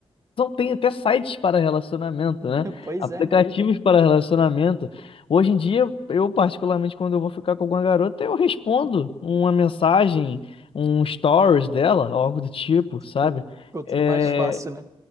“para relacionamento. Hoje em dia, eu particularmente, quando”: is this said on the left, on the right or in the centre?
Left